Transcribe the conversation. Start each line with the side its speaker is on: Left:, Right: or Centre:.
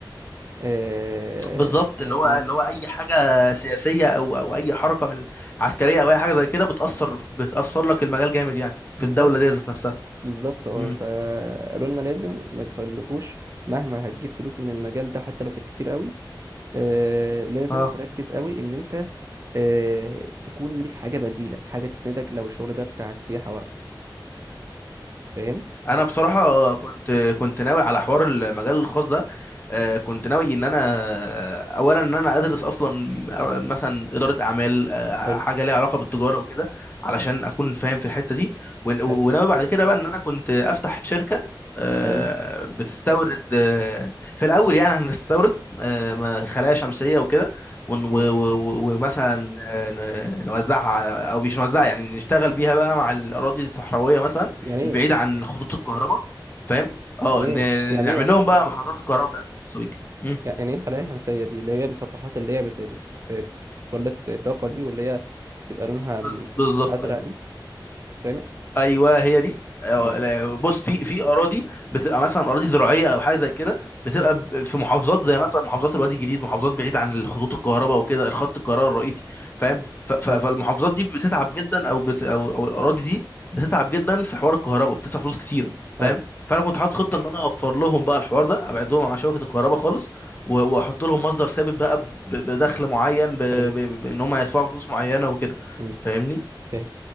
Right: آه,
Left: بالظبط اللي هو
Right: آه
Left: اللي هو اي حاجه سياسيه او او اي حركه من عسكريه او اي حاجه زي كده بتاثر بتاثر لك المجال جامد يعني في
Right: بالظبط
Left: الدوله دي ذات نفسها
Right: بالظبط اه
Left: مم.
Right: فقالوا لنا لازم ما تخليكوش مهما هتجيب فلوس من المجال ده حتى لو كانت كتير قوي آه لازم
Left: اه
Right: تركز قوي ان انت آه تكون ليك حاجة بديلة حاجة تسندك لو الشغل ده بتاع السياحة واقف فاهم
Left: انا بصراحه كنت كنت ناوي على حوار المجال الخاص ده آه، كنت ناوي ان انا آه، اولا ان انا ادرس اصلا مثلا اداره اعمال آه،
Right: حلو
Left: حاجه ليها علاقه بالتجاره وكده علشان اكون فاهم في الحته دي ون- وناوي
Right: حلو
Left: بعد كده بقى ان انا كنت افتح شركه آه،
Right: حلو
Left: بتستورد آه، في الاول يعني هنستورد آه، ما- خلايا شمسيه وكده ون- و-
Right: مم.
Left: و- و- ومثلا آه، ن- نوزعها على او مش نوزعها يعني نشتغل بيها بقى مع الاراضي الصحراويه مثلا
Right: يعني ايه
Left: البعيد عن خطوط الكهرباء فاهم اه
Right: يعني ايه
Left: ن-
Right: يعني
Left: نعمل
Right: ايه اصلا
Left: لهم بقى محطات الكهرباء بتاعتهم الخاصه بيك مم.
Right: يعني ايه خلايا شمسيه دي اللي هي المسطحات اللي هي بت... بت... بتولد طاقه دي واللي هي تبقى لونها م-
Left: بز- بالظبط
Right: ازرق
Left: ايوه
Right: دي غامق
Left: ايوه هي دي آه،
Right: اه
Left: لا، بص في في اراضي بتبقى مثلا اراضي زراعيه او حاجه زي كده بتبقى
Right: حلو
Left: ب- في محافظات زي مثلا محافظات الوادي الجديد محافظات بعيد عن خطوط الكهرباء وكده الخط الكهرباء الرئيسي فاهم
Right: اه
Left: ف- ف-
Right: اه
Left: فالمحافظات دي بتتعب جدا او بت او او الاراضي دي بتتعب جدا في حوار الكهرباء بتدفع فلوس كتير فاهم
Right: آه.
Left: فانا كنت حاطط خطه ان انا اوفر لهم بقى الحوار ده ابعدهم عن شبكه الكهرباء خالص و- واحط لهم مصدر ثابت بقى ب- بدخل معين ب- ب-
Right: حلو
Left: بان هم هيدفعوا فلوس معينه وكده
Right: امم
Left: فاهمني
Right: فاهم